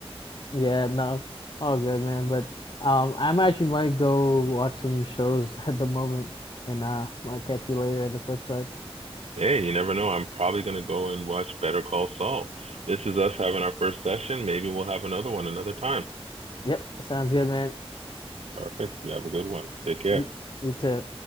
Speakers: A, on the left (about 50°); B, on the right (about 85°).
A: Yeah, no, all good, man. But um, I'm actually might go watch some shows <laughs> at the moment, and uh, might catch you later at the flip side.
B: Hey, you never know. I'm probably going to go and watch Better Call Saul. This is us having our first session. Maybe we'll have another one another time.
A: Yep, sounds good, man.
B: Perfect. You have a good one. Take care.
A: You, you too.